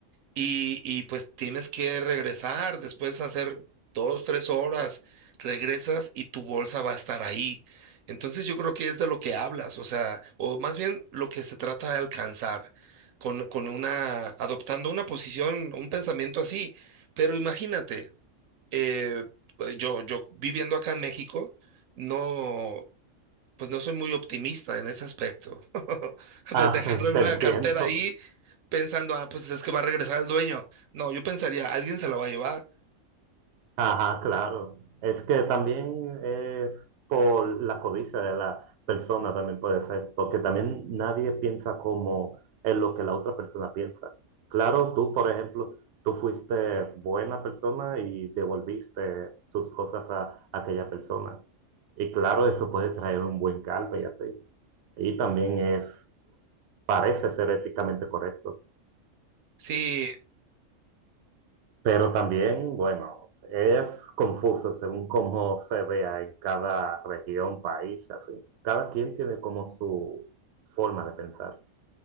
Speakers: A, on the right; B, on the right.
A: y, y pues tienes que regresar después de hacer dos, tres horas, regresas y tu bolsa va a estar ahí. Entonces yo creo que es de lo que hablas, o sea, o más bien lo que se trata de alcanzar con, con una, adoptando una posición, un pensamiento así. Pero imagínate, eh, pues, yo, yo viviendo acá en México, no, pues no soy muy optimista en ese aspecto. <laughs>
B: Ah,
A: De dejarle
B: <laughs> te
A: una
B: entiendo.
A: cartera ahí pensando, ah, pues es que va a regresar el dueño. No, yo pensaría, alguien se la va a llevar.
B: Ajá, claro. Es que también es por la codicia de la persona, también puede ser, porque también nadie piensa como en lo que la otra persona piensa. Claro, tú, por ejemplo, tú fuiste buena persona y devolviste sus cosas a, aquella persona. Y claro, eso puede traer un buen caldo y así. Y también es, parece ser éticamente correcto,
A: Sí,
B: Pero también, bueno, es confuso según cómo se vea en cada región, país, así. Cada quien tiene como su forma de pensar.